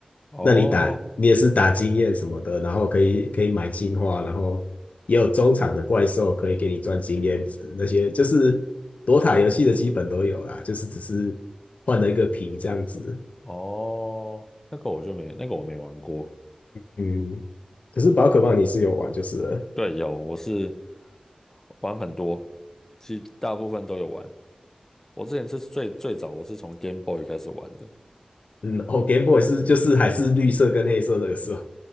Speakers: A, on the left; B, on the left.
A: 哦
B: 那你打你也是打经验什么的，然后可以可以买进化，然后也有中场的怪兽可以给你赚经验值，那些就是躲塔游戏的基本都有啦，就是只是换了一个皮这样子。
A: 哦，那个我就没那个我没玩过。
B: 嗯，可是宝可梦你是有玩就是了，
A: 对，有，我是玩很多，其实大部分都有玩。我之前是最最早，我是从 Game Boy 开始玩的。
B: 嗯，哦，Game Boy 是就是还是绿色跟黑色那个时候